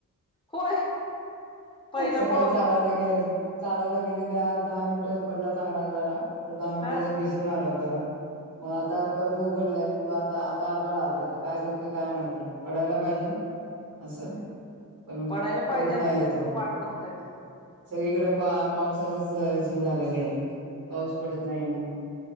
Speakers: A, on the left (about 15°); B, on the right (about 80°).
A: होय पहिला
B: सकाळी
A: पाऊस
B: चालायला गे चालायला गेले ते आज दहा मिनिटच पडला चांगला जरा तर दहा मिनिट
A: हा
B: ज भिजून आलो घरात मग आता परत उघडलाय त आता आता आबााळ आलाय आता काय करत काय माहिती पडायला पाहिजे असं पण
A: पडायला पाहिजे
B: पडत
A: आता
B: नाही येतो
A: सगळे वाट बघतायत
B: सगळीकडे पा पावसाचच हे झालेलं आहे पाऊस पडत नाही म्हणून